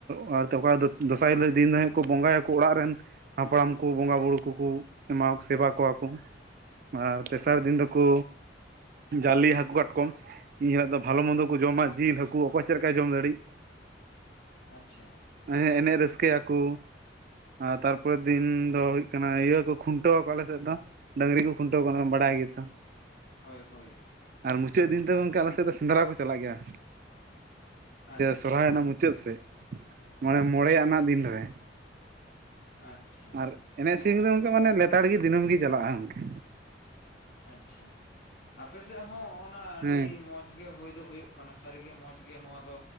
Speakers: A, on the right; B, on the left.
A: ᱟᱨ ᱚᱠᱟ ᱫᱚ ᱫᱚᱥᱟᱨ ᱦᱤᱞᱳᱜ ᱫᱤᱱ <unintelligible> ᱠᱚ ᱵᱚᱸᱜᱟᱭᱟᱠᱚ ᱚᱲᱟᱜ ᱨᱮᱱ᱾ ᱦᱟᱯᱲᱟᱢ ᱠᱚ ᱵᱚᱸᱜᱟ ᱵᱩᱨᱩ ᱠᱚᱠᱚ ᱮᱢᱟ ᱥᱮᱵᱟ ᱠᱚᱣᱟ ᱠᱚ᱾ ᱟᱨ ᱛᱮᱥᱟᱨ
B: ᱦᱳᱭ
A: ᱫᱤᱱ ᱫᱚᱠᱚ ᱡᱟᱞᱮ ᱦᱟᱹᱠᱩ ᱠᱟᱴᱠᱚᱢ ᱤᱧ ᱦᱤᱞᱳᱜ ᱫᱚ ᱡᱟᱞᱤ ᱦᱟᱹᱠᱩ ᱠᱟᱴᱠᱚᱢ, ᱵᱷᱟᱞᱚ ᱢᱚᱱᱫᱚ ᱠᱚ ᱡᱚᱢᱟ ᱡᱤᱞ ᱦᱟᱹᱠᱩ ᱚᱠᱚᱭ ᱪᱮᱫ ᱞᱮᱠᱟᱭ ᱡᱚᱢ ᱫᱟᱲᱮᱜ᱾
B: ᱟᱪᱪᱷᱟ
A: ᱦᱮᱸ ᱮᱱᱮᱡ ᱨᱟᱹᱥᱠᱟᱹᱭᱟᱠᱚ ᱟᱨ ᱛᱟᱨᱯᱚᱨᱮ ᱫᱤᱱ ᱫᱚ ᱦᱳᱭᱳᱜ ᱠᱟᱱᱟ ᱤᱭᱟᱹ ᱠᱚ ᱠᱷᱩᱱᱴᱟᱹᱣᱟ ᱠᱚ ᱟᱞᱮ ᱥᱮᱫ ᱫᱚ᱾ ᱰᱟᱹᱝᱨᱤ ᱠᱚ ᱠᱷᱩᱱᱴᱟᱹᱣᱮᱢ ᱵᱟᱲᱟᱭ ᱜᱮᱛᱚ
B: ᱦᱳᱭ ᱦᱳᱭ,
A: ᱟᱨ ᱢᱩᱪᱟᱹᱫ ᱫᱤᱱ ᱫᱚ ᱜᱚᱝᱠᱮ ᱟᱞᱮ ᱥᱮᱫ ᱫᱚ ᱥᱮᱸᱫᱽᱨᱟ ᱠᱚ ᱪᱟᱞᱟᱜ ᱜᱮᱭᱟ᱾
B: ᱟᱪᱪᱷᱟ
A: ᱥᱚᱨᱦᱟᱭ ᱨᱮᱱᱟᱜ ᱢᱩᱪᱟᱹᱫ ᱥᱮᱫ ᱢᱟᱱᱮ ᱢᱚᱬᱮ ᱟᱱᱟᱜ ᱫᱤᱱ ᱨᱮ,
B: ᱟᱪᱪᱷᱟ
A: ᱟᱨ ᱮᱱᱮᱡ
B: ᱦᱚᱸ
A: ᱥᱮᱨᱮᱧ ᱫᱚᱠ ᱢᱟᱱᱮ ᱞᱮᱛᱟᱲ ᱜᱮ ᱫᱤᱱᱟᱹᱢ ᱜᱮ ᱪᱟᱞᱟᱜᱼᱟ᱾
B: ᱟᱪᱪᱷᱟ ᱟᱯᱮ ᱥᱮᱫ ᱦᱚᱸ ᱚᱱᱟ ᱟᱹᱰᱤ
A: ᱦᱮᱸ
B: ᱢᱚᱡᱽ <unintelligible> ᱢᱚ ᱜᱮ ᱦᱩᱭᱩᱜ ᱠᱟᱱᱟ ᱥᱟᱹᱨᱤᱜᱮ ᱢᱚᱸᱡᱽ ᱜᱮ ᱱᱚᱣᱟ ᱫᱚ